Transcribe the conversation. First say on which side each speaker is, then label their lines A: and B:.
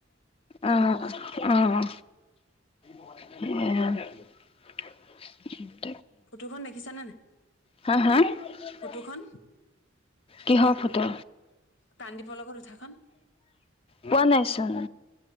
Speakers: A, on the left; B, on the left.
A: আহ আহ
B: উম
A: উ <unintelligible> <unintelligible>
B: ফটোখন দেখিছা নে নাই
A: হা হা <unintelligible>
B: ফটোখন
A: কিহ ফটো
B: <unintelligible> উঠাখন
A: পোৱা নাই চোন